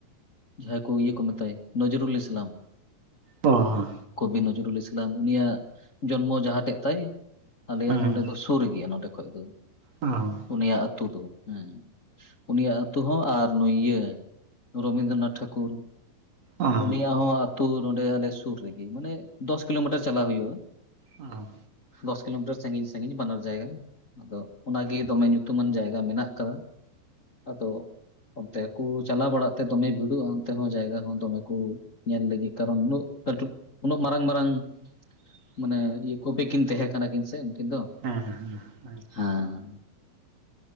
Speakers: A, on the left (about 75°); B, on the right (about 40°).
A: ᱡᱟᱦᱟᱸᱭ ᱠᱚ ᱤᱭᱟᱹ ᱠᱚ ᱢᱮᱛᱟᱭ ᱱᱚᱡᱨᱩᱞ ᱤᱥᱞᱟᱢ᱾
B: ᱚ
A: ᱠᱚᱵᱤ ᱱᱚᱡᱩᱨᱩᱞ ᱤᱥᱞᱟᱢ ᱩᱱᱤᱭᱟᱜ ᱡᱚᱱᱢᱚ ᱡᱟᱦᱟᱸᱴᱷᱮᱡ ᱛᱟᱭ᱾ ᱟᱞᱮᱭᱟᱜ
B: ᱦᱮᱸ
A: ᱱᱚᱰᱮ ᱫᱚ ᱥᱩᱨ ᱜᱮᱭᱟ ᱱᱚᱰᱮ ᱠᱷᱚᱡ ᱫᱚ᱾
B: ᱚ
A: ᱩᱱᱤᱭᱟᱜ ᱟᱹᱛᱩ ᱫᱚ ᱦᱩᱸ᱾ ᱩᱱᱤᱭᱟᱜ ᱟᱹᱛᱩ ᱦᱚᱸ ᱟ ᱱᱩᱭ ᱤᱭᱟᱹ ᱨᱚᱵᱤᱱᱫᱨᱚᱱᱟᱛᱷ ᱴᱷᱟᱠᱩᱨ,
B: ᱚ ᱚ
A: ᱩᱱᱤᱭᱟᱜ ᱦᱚᱸ ᱟᱹᱛᱩ ᱱᱚᱰᱮ ᱟᱞᱮ ᱥᱩᱨ ᱨᱮᱜᱮ ᱢᱟᱱᱮ ᱫᱚᱥ ᱠᱤᱞᱳᱢᱤᱴᱟᱨ ᱪᱟᱞᱟᱣ ᱦᱩᱭᱩᱜ-ᱟ᱾
B: ᱚ
A: ᱫᱚᱥ ᱠᱤᱞᱳᱢᱤᱴᱟᱨ ᱥᱟᱺᱜᱤᱧ ᱥᱟᱺᱜᱤᱧ ᱵᱟᱱᱟᱨ ᱡᱟᱭᱜᱟ ᱟᱫᱚ ᱚᱱᱟᱜᱮ ᱫᱚᱢᱮ ᱧᱩ ᱧᱩᱛᱩᱢᱟᱱ ᱡᱟᱭᱜᱟ ᱢᱮᱱᱟᱜ ᱠᱟᱫᱟ᱾ ᱟᱫᱚ ᱚᱱᱛᱮ ᱠᱚ ᱪᱟᱞᱟᱣ ᱵᱟᱲᱟᱜ ᱛᱮ ᱫᱚᱢᱮ ᱵᱷᱤᱲᱚᱜ-ᱟ ᱚᱱᱛᱮ ᱦᱚᱸ ᱡᱟᱭᱜᱟ ᱦᱚᱸ ᱫᱚᱢᱮ ᱠᱚ ᱧᱮᱞ ᱞᱟᱹᱜᱤᱫ ᱠᱟᱨᱚᱱ ᱩᱱᱟᱹᱜ ᱠᱟᱹᱴᱤ, ᱩᱱᱟᱹᱜ ᱢᱟᱨᱟᱝ ᱢᱟᱨᱟᱝ
B: <inaudible>
A: ᱢᱟᱱᱮ ᱤᱭᱟᱹ ᱠᱚᱵᱤ ᱠᱤᱱ ᱛᱟᱦᱮᱸ ᱠᱟᱱᱟ ᱠᱤᱱ ᱥᱮ ᱩᱱᱠᱤᱱ ᱫᱚ᱾
B: ᱦᱮᱸ ᱦᱮᱸ ᱦᱮᱸ᱾
A: ᱦᱮᱸ